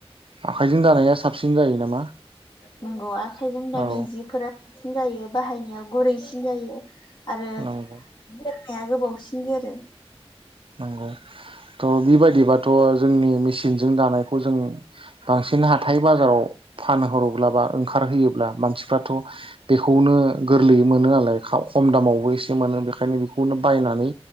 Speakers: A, on the right (about 55°); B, on the left (about 45°).
A: आखाइजों दानाया साबसिन जायो नामा
B: नोंगौवा आखाइजों दानाय
A: औ
B: जिफोरा साबसिन जायो बाहायनायाव गुरैसिन जायो आरो
A: नंगौ
B: बे हाया गोबावसिन जोरो
A: नंगौ थ' बिबायदिबाथ' जोंनि मेसिनजों दानायखौ जों बांसिन हाथाय बाजाराव फानहरोब्ला बा ओंखारहोयोब्ला मानसिफ्राथ' बेखौनो गोरलैयै मोनो नालाय खम दामावबो एसे मोनो बेखायनो बेखौ बेखौनो बायनानै